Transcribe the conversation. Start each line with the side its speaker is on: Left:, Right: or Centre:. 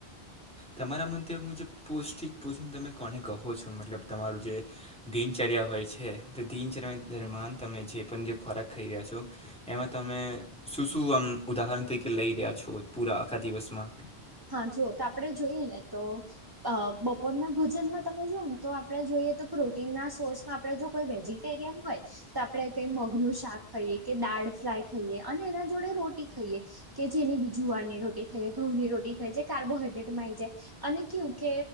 Centre: તમારા મંતવ્ય મુજબ પૌષ્ટિક ભોજન તમે કોને કહો છો મતલબ તમારું જે દિનચર્યા હોય છે તો દિનચર્યા દરમિયાન તમે જે પણ જે ખોરાક ખાઈ રહ્યા છો એમાં તમે શું શું આમ ઉદાહરણ તકે લઈ રહ્યા છો પૂરા આખા દિવસમાં
Right: હા જોુ તો આપડણે જોઈએ ને તો બપોરના ભોજનમાં તમે જોુને તો આપડે જોઈએ તો પ્રોટીન ના સોર્સમાં આપે જો કોઈ વેજીટેરિયન હોય તો આપડણે કઈ મગનુંું શાક ખાઈએ કે દાળ ફ્રાય ખાઈએ અને એના જોડે રોટી ખાઈએ કે જેની બીજું વારની રોટી ખાઈ ઘઉં ની રોટી ખાય જે કાર્બોહાઈડ્રેટમાં આ આવી જાય અને કવું કે